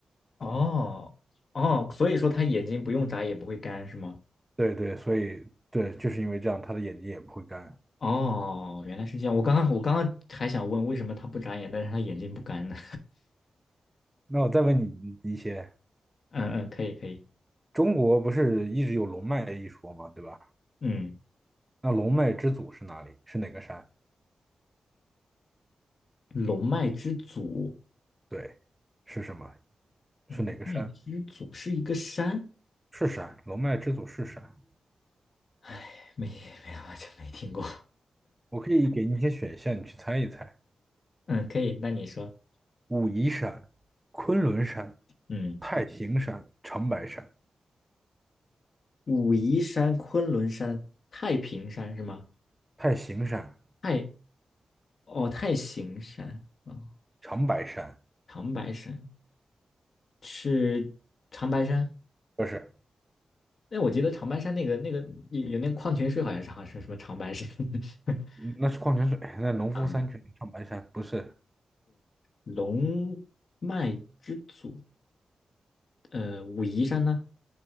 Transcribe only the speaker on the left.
哦哦，所以说它眼睛不用眨也不会干是吗？
哦，原来是这样。我刚刚我刚刚还想问为什么他不眨眼，但是他眼睛不干呢？
<laughs> 嗯嗯，可以可以。
嗯，
龙脉之祖，
龙脉之祖是一个山。
哎，没没有，完全没听过。
嗯，可以，那你说。
嗯，
武夷山、昆仑山、太平山是吗？
太哦，太行山哦，
长白山是长白山。
哎，我记得长白山那个那个有有那个矿泉水，好像是好像是什么长白山。<laughs>
嗯，
龙脉之祖，呃，武夷山呢？